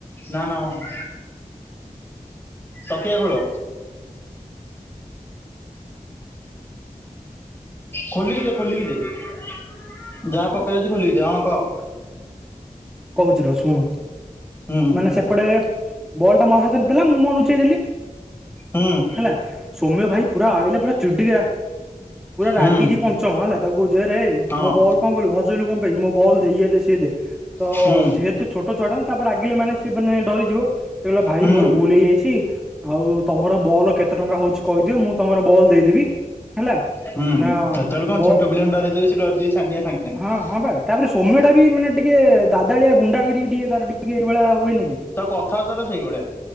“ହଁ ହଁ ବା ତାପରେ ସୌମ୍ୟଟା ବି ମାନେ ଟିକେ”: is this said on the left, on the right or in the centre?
Centre